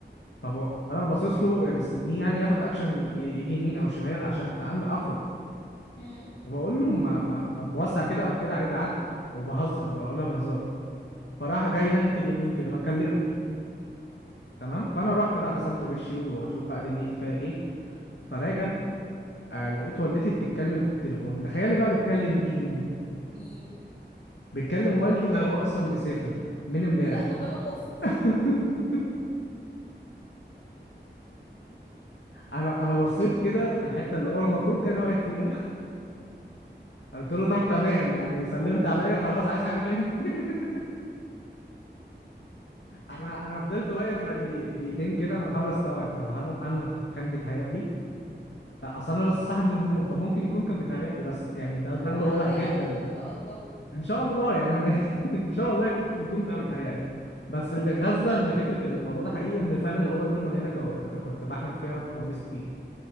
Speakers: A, on the left; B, on the left.
A: طب انا باصص له مستنيه يعني ياخد اكشن ي- يجي يمين او شمال عشان أم- اخرج
B: امم
A: وبقول له ما, ما طب وسع كده او كده عايز اعدي وبهزر بقى ولا بهزار فراح جاي ناحيه اليمين كده ما اتكلمش تمام فانا رحت بقى غسلت وشي واشوف بقى دنيتي فيها ايه فراجع آه لقيت والدتي بتتكلم في التليفون تخيلي بقى بتكلم مين
B: مين
A: بتكلم والدي اللي هو اصلا مسافر من امبارح
B: لا طب انا خفت
A: <laughs> انا انا بصيت كده في الحته اللي هو المفروض كان واقف فيها قلت له طب تمام يعني سلمت عليا خلاص عايز حاجه تاني <laughs> انا انا فضلت واقف يعني دقيقتين كده انا بحاول استوعب طب هل انا كان بيتهيألي لا، اصل انا لسه صاحي من النوم فممكن يكون كان بيتهيألي بس يعني
B: <laughs>
A: ده ظل
B: هو
A: واضح
B: بيتهيأ
A: جدا
B: لك ان شاء الله
A: ان شاء الله يعني انا <laughs> ان شاء الله يكون كان بيتهيألي بس اللي غزة ان فكرة الموضوع ده حقيقي ان فعلا الاوضة دي مليانة كو... كنت بحلم فيها كوابيس كتير